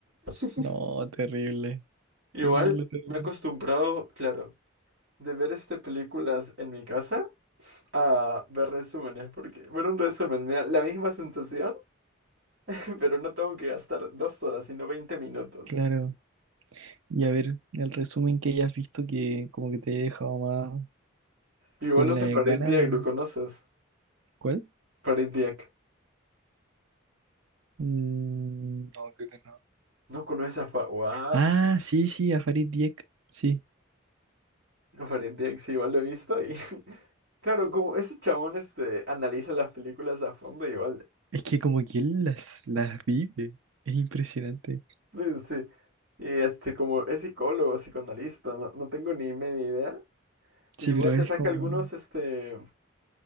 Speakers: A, on the right (about 60°); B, on the right (about 85°).
A: <laughs>
B: No, terrible,
A: Igual
B: terrible, terrible.
A: Sí. me he acostumbrado, claro, de ver este películas en mi casa a ver resúmenes, porque ver un resumen me da la misma sensación, <laughs> pero no tengo que gastar dos horas, sino 20 minutos.
B: Claro, y a ver, el resumen que hayas visto que como que te haya dejado más
A: Igual
B: con
A: los
B: la
A: de Uf, Farid
B: gana
A: Diak,
B: de...
A: ¿lo conoces?
B: ¿Cuál?
A: Farid Diak.
B: Mm, no, creo que no.
A: ¿No conoces a Fa... What?
B: Ah, sí, sí, a Farid Dieck, sí.
A: No, Farid Diak, sí, igual lo he visto y... <laughs> Claro, como ese chabón este, analiza las películas a fondo, igual
B: Es que como que él las, las vive, es impresionante.
A: Sí, sí. sí. Y este, como es psicólogo, psicoanalista, no, no tengo ni media idea.
B: Sí,
A: Igual
B: pero
A: se
B: es
A: saca
B: como,
A: algunos, este,